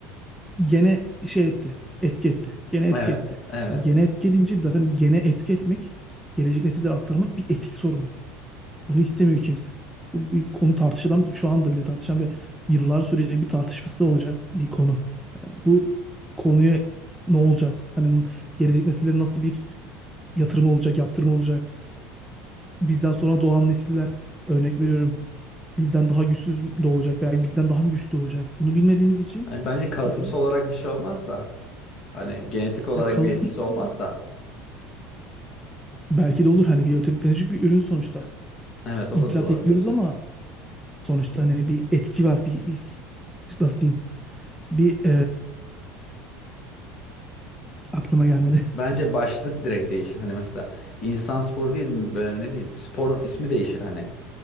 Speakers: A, in the centre; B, on the left.
A: gene şey etti. Etki etti. Gene etki
B: Evet,
A: etti.
B: evet.
A: E, Gene etki edince zaten gene etki etmek gelecek nesillere aktarmak bir etik sorunu. Bunu istemiyor kimse. Bu bir konu tartışılan, şu anda bile tartışan ve yıllar sürecek bir tartışması olacak bir konu. Yani bu konuya ne olacak? Hani gelecek nesillere nasıl bir yatırım olacak, yaptırım olacak? Bizden sonra doğan nesiller, örnek veriyorum, bizden daha güçsüz doğacak veya bizden daha mı güçlü doğacak? Bunu bilmediğimiz için
B: Yani bence kalıtımsal
A: birazcık
B: olarak bir şey olmaz da. Hani genetik olarak
A: ya kalıtımsızlar.
B: bir etkisi olmaz da.
A: Belki de olur hani biyoteknolojik bir ürün sonuçta.
B: Evet o
A: İmplant
B: da doğru.
A: ekliyoruz ama sonuçta hani bir etki var, bir, bir nasıl diyeyim? bir Aklıma gelmedi.
B: Bence başlık direkt değişir. Hani mesela insan sporu değil mi? Böyle ne bileyim sporun ismi değişir hani.